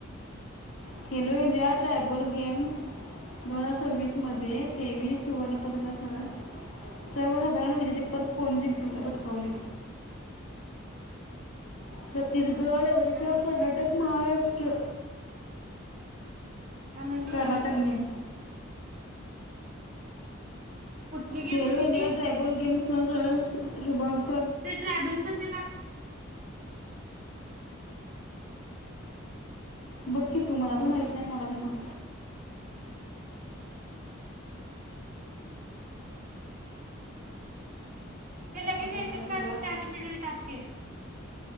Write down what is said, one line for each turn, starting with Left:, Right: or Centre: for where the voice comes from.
Left: खेलो इंडिया ट्रायबल गेम्स दोन हजार सव्वीस मध्ये तेवीस सुवर्ण पदकासह
Right: हम्म
Left: सर्वसाधारण विजेते पद कोण जिंकल? पटकवले. छत्तीसगड ओडिसा
Right: काय माहित
Left: कर्नाटक
Right: नाही ग काय
Left: महाराष्ट्र.
Right: माहित नाही
Left: कर्नाटकने
Right: ग कुठली गेम
Left: खेलो
Right: होती
Left: इंडया
Right: ती
Left: ट्राबल गेम्स शुभम
Right: ते ट्रॅबल म्हंद का
Left: बघकी तू मला ब माहित नाही मलाी सांग
Right: ते लगे तेशचडून
Left: मी काय सगळं
Right: ॅड पिड टाके